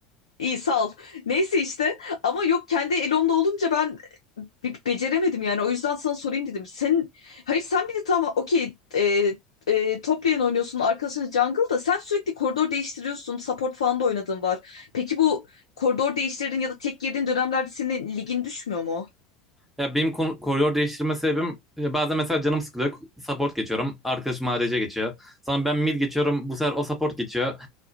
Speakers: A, on the left; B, in the centre.
A: İyi sağ ol. Neyse işte. Ama yok kendi elomda olunca ben Be- beceremedim yani. O yüzden sana sorayım dedim. Sen hayır sen bir de tamam okey e, e, top lane oynuyorsun arkadaşın jungle da sen sürekli koridor değiştiriyorsun. Support falan da oynadığın var. Peki bu koridor değiştirdiğin ya da tek girdiğin dönemlerde senin ligin düşmüyor mu?
B: Ya benim kon- koridor değiştirme sebebim e, bazen mesela canım sıkılıyor. Support geçiyorum. Arkadaşım ADC geçiyor. Sonra ben mid geçiyorum. Bu sefer o support geçiyor.